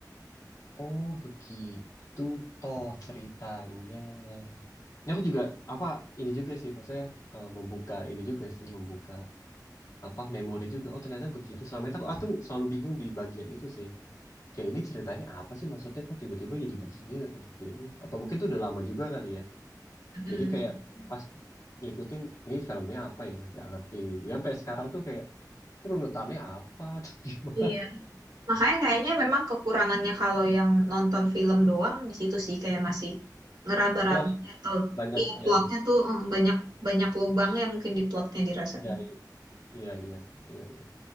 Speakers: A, on the left (about 50°); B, on the right (about 75°).
A: Oh, begitu toh ceritanya. Ini aku juga apa ini juga sih, maksudnya eh, membuka ini juga sih, membuka apa memori juga. Oh, ternyata begitu. Selama itu aku, aku selalu bingung di bagian itu sih. Kayak ini ceritanya apa sih maksudnya kok tiba-tiba jadi begini atau begini? Atau mungkin itu udah lama juga kali ya.
B: Mm.
A: Jadi kayak pas ngikutin ini filmnya apa ya, nggak ngerti. Ya sampai sekarang tuh kayak "Ini runutannya apa <laughs> atau gimana?
B: Iya, Makanya kayaknya memang kekurangannya kalau yang nonton film doang di situ sih kayak masih ngeraba raba
A: Lost
B: atau
A: banyaknya.
B: iya plotnya tuh mm, banyak banyak lubangnya mungkin di plotnya dirasanya.
A: Iya, iya, iya, iya, iya.